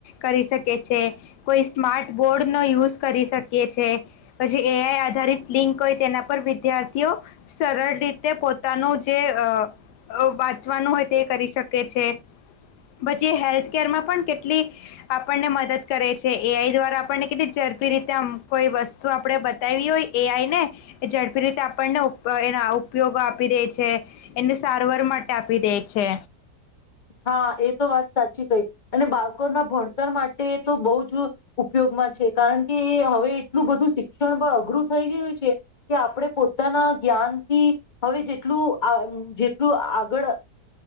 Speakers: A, on the left; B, on the left.
A: કરી શકી છે કોઈ સ્માર્ટ બોર્ડનો યુઝ કરી શકીએ છે પછી એઆઈ આધારિત લિંક હોય તેના પર વિદ્યાર્થીઓ સરળ રીતે પોતાનું જે અ વાંચવાનું હોય તે કરી શકે છે. પછી એ હેલ્થકેરમાં પણ કેટલી આપણને મદદ કરે છે. એઆઈ દ્વારા આપણને કેટલી ઝડપી રીતે આમ કોઈ વસ્તુ આપણે બતાયાવી હોય એ આઈ ને ઝડપી રીતે આપણને એ ઉપયોગ આપી દે છે એને સારવાર માટે આપી દે છે.
B: હા એ તો વાત સાચી કઈ અને બાળકોના ભણતર માટે તો બહુ જ ઉપયોગમાં છે. કારણ કે હવે એટલું બધું શિક્ષણ અઘરું થઈ ગયું છે. કે આપણે પોતાના જ્ઞાનથી હવે જેટલું જેટલું આગળ